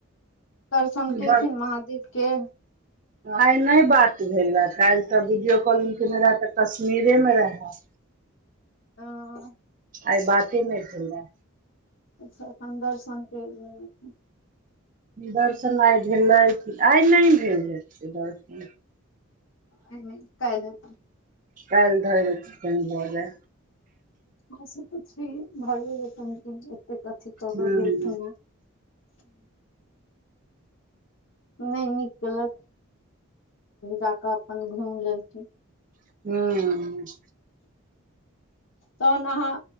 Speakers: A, on the left; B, on the right.
A: दर्शन केलखिन
B: बड़
A: महादेव के
B: आइ नय बात भेलए काल्हि तऽ वीडियो कॉलिंग केनै रहए तऽ कश्मीरे मे रहए
A: अंऽ
B: अइ बाते नय भेला
A: अच्छा अखन‌ दर्शन फेर भ जेतै
B: दर्शन आइ भेलै आइ नय भेल हेतै दर्शन
A: आइ नय काइल हेतै
B: काइल धरि कहि भ जाय
A: ह से तऽ छै भय जेतै एतेक अथी क
B: हूँ
A: के गेलरखिंन हे नय नीक केलथि जाकऽ अपन घूइम लेलखिन
B: हूं
A: तहन आहाँ